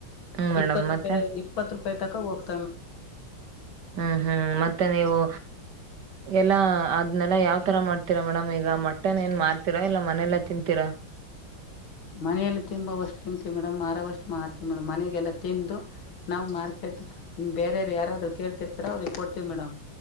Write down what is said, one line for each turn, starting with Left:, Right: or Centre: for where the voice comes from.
Right: ಹ್ಮ್ ಮೇಡಮ್
Left: ಇಪ್ಪತ್ತು
Right: ಮತ್ತೆ
Left: ರೂಪಾಯಿ ಇಪ್ಪತ್ತು ರೂಪ ತಕ್ಕ ವಾಕ್ಸ್
Right: ಹ್ಮ್ ಹ್ಮ್ ಮತ್ತೆ ನೀವು ಎಲ್ಲ ಅದ್ನೆಲ್ಲ ಯಾವ ತರ ಮಾಡ್ತೀರಾ ಮೇಡಮ್ ಈಗ ಮಟ್ಟೆನ್ ಏನ್ ಮಾರ್ತೀರಾ ಇಲ್ಲ ಮನೆೆಯಲ್ಲಾ ತಿಂತೀರಾ
Left: ಮನೆಯಲ್ಲಿ ತಿಂಬವಷ್ಟು ತಿನ್ತಿವಿ ಮೇಡಮ್ ಮಾರವಷ್ಟು ಮಾರ್ತಿೀವಿ ಮೇಡಮ್ ಮನೆಗೆಲ್ಲಾ ತಿಂದು ನಾವು ಮಾರ್ಕೆಟ್ ಹ ಬೇರೆ ಯಾರಾದರು ಕೇಳ್ತಿರ್ತಾರೋ ಅವ್ರಿಗೆ ಕೊಡ್ತತಿವಿ ಮೇಡಮ್